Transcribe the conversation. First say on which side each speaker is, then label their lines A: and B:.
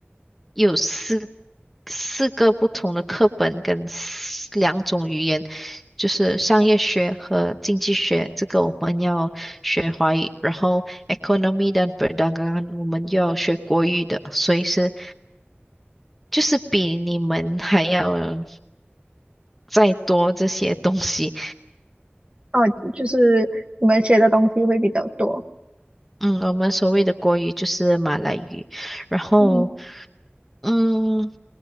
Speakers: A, in the centre; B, on the right.
A: 有四四个不同的课本跟四两种语言，就是商业学和经济学，这个我们要学华语，然后 economy 跟 p e r d n g a 我们要学国语的，所以是就是比你们还要再多这些东西。
B: 哦，就是你们学的东西会比较多。
A: 嗯，我们所谓的国语就是马来语，然后
B: 嗯
A: 嗯，